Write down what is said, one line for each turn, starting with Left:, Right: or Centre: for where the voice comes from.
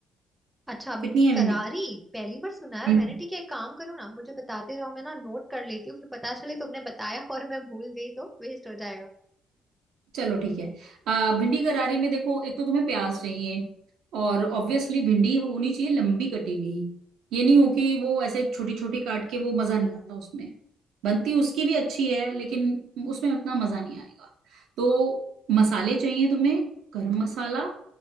Centre: अच्छा भिंडी
Right: कितनी है
Centre: करारी पहली बार सुना यार
Right: भिंडी
Centre: मैंने ठीक है एक काम करो ना मुझे बताते रहो मैं ना नोट कर लेती हूँ फिर पता चले तुमने बताया और मैं भूल गई तो वेस्ट हो जाएगा
Right: चलो ठीक है आ, भिंडी करारी में देखो एक तो तुम्हें प्याज चाहिए और ऑब्वियसली भिंडी होनी चाहिए लंबी कटी हुई ये नहीं हो कि वो ऐसे छोटी छोटी काट के वो मजा नहीं आता उसमें बनती उसकी भी अच्छी है लेकिन उसमें उतना मजा नहीं आएगा तो मसाले चाहिए तुम्हें गरम मसाला